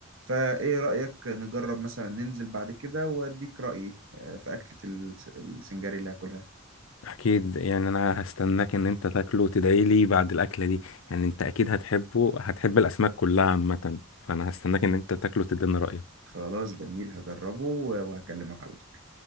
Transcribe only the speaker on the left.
اكيد يعني انا هستناك ان انت تاكله وتدعي لي بعد الاكله دي يعني انت اكيد هتحبه هتحب الاسماك كلها عامه فانا هستناك ان انت تاكله وتديني رايك